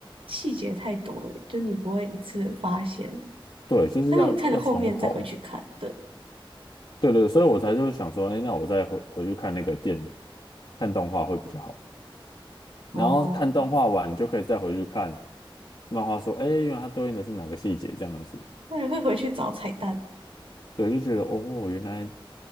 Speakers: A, on the right; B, on the left.
A: 细节太多了，就你不会一次发现。
B: 对，就是要要从头，
A: 但是我看了后面再回去看，对，
B: 对对，对所以我才就是想说，哎，那我再回回去看那个电，看动画会比较好。
A: 哦，
B: 然后看动画完，你就可以再回去看漫画，说，哎，原来它对应的是哪个细节这样子。
A: 那人会回去找彩蛋。
B: 对，就觉得哦，原来